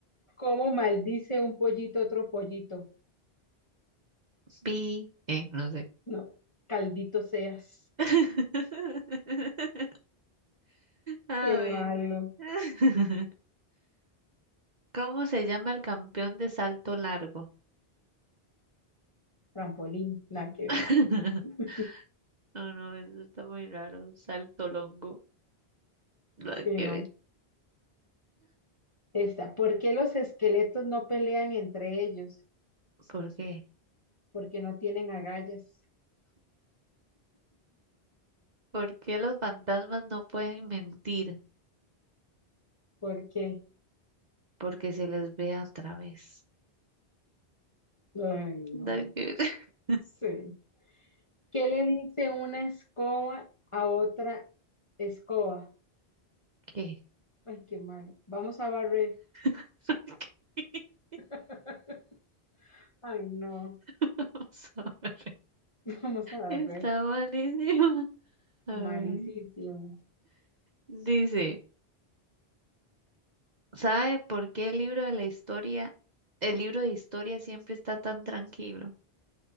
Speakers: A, on the left; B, on the right.
A: cómo maldice un pollito a otro pollito?
B: Pi, eh, no sé.
A: No, caldito seas.
B: <laughs> A
A: Qué malo.
B: ver. <laughs> ¿Cómo se llama el campeón de salto largo?
A: Trampolín, nada que
B: <laughs>
A: ver. <laughs>
B: No, no, eso está muy raro. Salto longo. Nada
A: Sí,
B: que
A: no.
B: ver.
A: Esta. ¿Por qué los esqueletos no pelean entre ellos?
B: ¿Por qué?
A: Porque no tienen agallas.
B: ¿Por qué los fantasmas no pueden mentir?
A: Porque,
B: porque se les ve a través.
A: ay, no
B: Da que- <laughs>
A: sí ¿Qué le dice una escoba a otra escoba?
B: ¿Qué?
A: Ay, qué malo. Vamos a barrer.
B: <laughs>
A: <laughs> Ay, no.
B: Vamos a ver.
A: Vamos a barrer.
B: Está malísima. A
A: Malísimo.
B: ver. Dice, ¿sabe por qué el libro de la historia, el libro de historia siempre está tan tranquilo?